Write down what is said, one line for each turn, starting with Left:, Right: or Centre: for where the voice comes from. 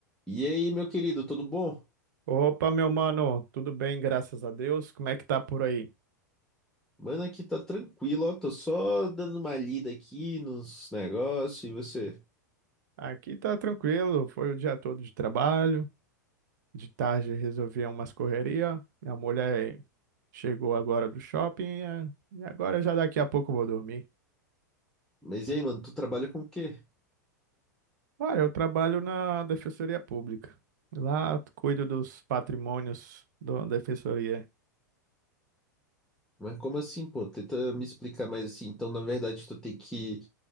Centre: E aí, meu querido, tudo bom?
Right: Opa, meu mano, tudo bem, graças a Deus. Como é que tá por aí?
Centre: Mano, aqui tá tranquilo, ó. Tô só dando uma lida aqui nos negócios e você.
Right: Aqui tá tranquilo, foi o dia todo de trabalho. De tarde resolvi umas correria. Minha mulher chegou agora do shopping eh, e agora já daqui a pouco eu vou dormir.
Centre: Mas e aí, mano, tu trabalha com o quê?
Right: Olha, eu trabalho na Defensoria Pública. Lá cuido dos patrimônios da Defensoria.
Centre: Mas como assim, pô? Tenta me explicar mais assim. Então, na verdade, tu tem que,